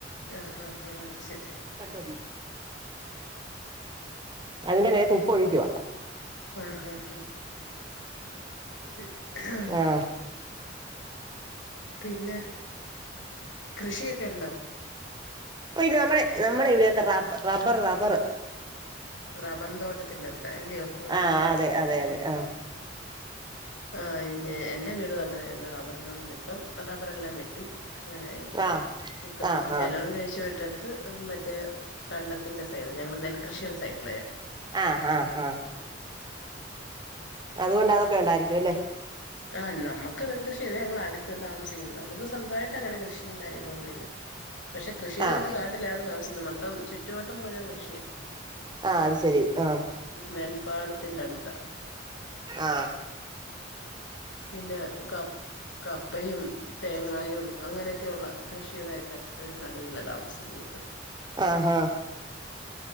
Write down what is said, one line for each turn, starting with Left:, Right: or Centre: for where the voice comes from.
Left: ആഹ ആ ആഹ അത് ശരി
Right: കണ്ട നീ അതിന്റെ മേത്ത് ഉപ്പ് ഒഴിക്കുവ
Left: ആഹഹ അത് ശരി ഉഹ
Right: ആഹ്
Left: പിന്നെ കൃഷിയൊക്കെ ഇണ്ടോ
Right: ഇപ്പൊ ഈ നമ്മെളെ നമ്മുടെ ഇവിടെയൊക്കെ റബ് റബർ റബറ്
Left: റബറിൻ തോട്ടത്തിന്റടുത്താ അല്ലയോ ആ
Right: ആഹ്
Left: ആ അത്
Right: അതെ
Left: ശരി
Right: അതെ അതെ
Left: ഉം
Right: ആഹ്
Left: ആയ് ഞാ എന്റെ വീടും അങ്ങനായിരുന്നു റബ്ബർതോട്ടിന്റെ ഇപ്പം റബ്ബറെല്ലാം വെ ട്ട് അങ്ങനായി
Right: ആഹ്
Left: ഇപ്പം
Right: ആഹ്
Left: കല്യണം
Right: ആഹ്
Left: കഴിച്ചു വിട്ടടു അത് മറ്റേ കണ്ടത്തിന്റെ സൈഡ് ഞങ്ങളെ നെൽകൃഷിടെ സൈട്
Right: ആഹ് ആഹ് ആ അതുകൊണ്ട് ഒക്കെ ഇണ്ടായിരിക്കും അല്ലെ
Left: ആ നമക്ക് നെൽ കൃഷി ഞങ്ങള അടുത്ത് താമസിക്കുന്നു നമക്ക് സ്വന്തമായിട്ട് അങ്ങനെ കൃഷി കാര്യങ്ങള ഒന്നുംല്ല പക്ഷെ കൃഷിയുടെ
Right: ആഹ്
Left: ഒരു നാട്ടിലാണ് താമസിക്കുന്നത് മം <unintelligible> മപ്പം <unintelligible> ചുറ്റുവട്ടം മുഴുവൻ കൃഷിയ
Right: ആ അത് ശെരി ആ
Left: നെൽപ്പാടത്തിന്റെ അടുത്ത
Right: ആ
Left: ഉ പിന്നെ കപ്പയും തേങ്ങായും അങ്ങനെയൊക്കെയുള്ള കൃഷികുടെെ <unintelligible> ഒരു നടുവിലാ താമസിക്കുന്നത്
Right: ആഹ് ആഹ്